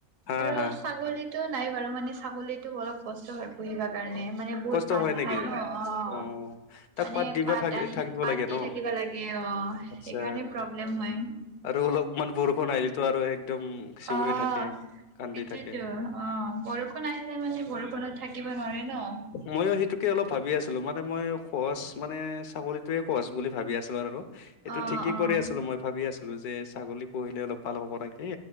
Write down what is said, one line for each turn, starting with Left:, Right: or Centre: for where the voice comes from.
Left: হা
Right: আৰু
Left: হা
Right: ছাগলী টো নাই বাৰু মানে ছাগলীতো অলপ কষ্ট হয় পুহিবা কাৰণে
Left: অ,
Right: মানে বহুত
Left: কষ্ট
Right: পাত
Left: হয় নেকি
Right: খাই ন, অ',।
Left: অ',। ত'
Right: মানে
Left: পাত দিবা থ
Right: আনি
Left: থাকিব
Right: পাত
Left: লাগে
Right: দি
Left: ন,
Right: থাকিব লাগে অ',
Left: আচ্ছা।
Right: সেইকাৰণে প্ৰব্লেম হয়।
Left: আৰু অলপমান বৰষুণ আহিলেটো আৰু একদম চিঞঁৰি
Right: অ',
Left: থাকে, কান্দি
Right: সেইটোয়েতো
Left: থাকে।
Right: অ', বৰষুণ আহিলে মানে বৰষুণত থাকিব নোৱাৰে ন।
Left: মইয়ো সেইটোকে অলপ ভাবি আছিলো মানে মই সহজ মানে ছাকলীটোয়ে সহজ বুলি ভাবি আছিলো আৰু। এইটো
Right: অ',
Left: থিংকিং
Right: অ'।
Left: কৰি আছিলো। মই ভাবি আছিলো যে ছাগলী পঢ়িলে অলপ ভাল হ'ব নে কি।